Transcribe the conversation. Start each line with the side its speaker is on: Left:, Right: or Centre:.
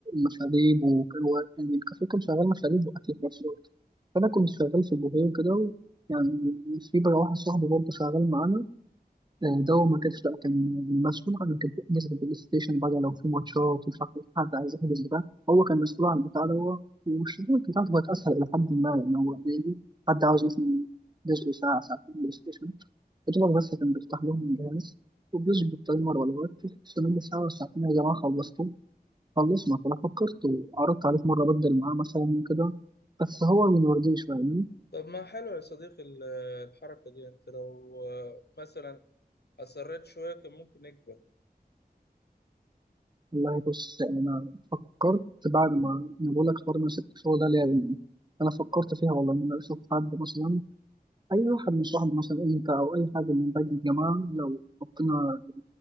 Right: مشاريب وكان هو- يعني الكافيه كان شغال مشاريب واكل في نفس الوقت فانا كنت شغال في البوفيه وكده و- يعني في بقى واحد صاحبي برضه شغال معانا آه، ده هو ما كانش لا كان مسؤول عن كان بيحجز البلاي ستيشن بقى لو في ماتشات ومش عارف إيه، حد عايز يحجز بتاع هو كان مسؤول عن البتاع ده والشغل بتاعته كانت اسهل الى حد ما يعني هو بيجي حد عاوز مثلا جزء ساعة ساعتين بلاي ستيشن فضل بس كان بيفتح لهم الجهاز وبيظبط تايمر ولا وقت استنى ساعة ولا ساعتين يا جماعة خلصتوا خلصنا فأنا فكرت وعرضت عليه في مرة أبدل معاه مثلا وكده بس هو من وردي شوية يعني
Left: طب ما حلو يا صديقي ال- الحركة دي أنت لو آه، مثلا أصريت شوية كان ممكن يكبر
Right: والله بص أنا فكرت بعد ما أنا بقول لك حوار إن أنا سبت الشغل ده ليه يعني. أنا فكرت فيها والله إن أنا أشوف حد مثلا أي واحد من صحابي مثلا أنت أو أي حد من باقي الجماعة لو حطينا